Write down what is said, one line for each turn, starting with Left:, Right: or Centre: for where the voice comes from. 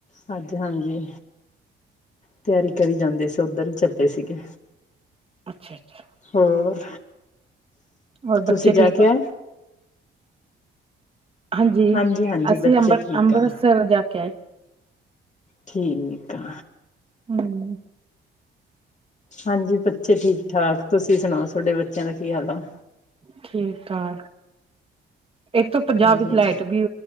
Left: ਹਾਂਜੀ - ਹਾਂਜੀ। ਤਿਆਰੀ ਕਰੀ ਜਾਂਦੇ ਸੀ। ਉੱਧਰ ਚੱਲੇ ਸੀਗੇ।
Right: ਅੱਛਾ - ਅੱਛਾ।
Left: ਹੋਰ।
Right: ਹੋਰ ਬੱਚੇ
Left: ਤੁਸੀਂ ਜਾ
Right: ਠੀਕ
Left: ਕੇ
Right: ਆ।
Left: ਆਏ
Right: ਹਾਂਜੀ।
Left: ਹਾਂਜੀ-ਹਾਂਜੀ
Right: ਅਸੀਂ
Left: ਬੱਚੇ
Right: ਅੰਬਰ
Left: ਠੀਕ
Right: ਅੰਮ੍ਰਿਤਸਰ
Left: ਆ।
Right: ਜਾ ਕੇ ਆਏ।
Left: ਠੀਕ ਐ।
Right: ਹਮ।
Left: ਹਾਂਜੀ ਬੱਚੇ ਠੀਕ - ਠਾਕ। ਤੁਸੀਂ ਸੁਣਾਓ ਤੁਹਾਡੇ ਬੱਚਿਆਂ ਦਾ ਕੀ ਹਾਲ ਆ।
Right: ਠੀਕ - ਠਾਕ ਇੱਕ ਸੋ ਪੰਜਾਹ
Left: ਹਾਂਜੀ,
Right: ਵਿੱਚ ਲਾਈਟ ਵੀ।